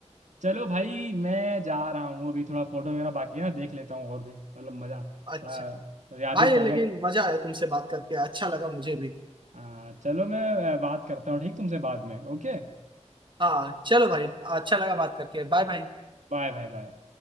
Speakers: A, on the right; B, on the right.
A: चलो भाई मैं जा रहा हूँ अभी थोड़ा फोटो वगैरह बाकी है ना देख लेता हूँ और भी मतलब मजा थोड़ा
B: अच्छा
A: यादें
B: भाई
A: ताजा
B: लेकिन मजा आया तुमसे बात करके अच्छा लगा मुझे भी
A: हाँ चलो मैं अ, बात करता हूँ ठीक तुमसे बाद में ओके
B: हाँ चलो भाई अच्छा लगा बात करके Bye bye
A: Bye bye bye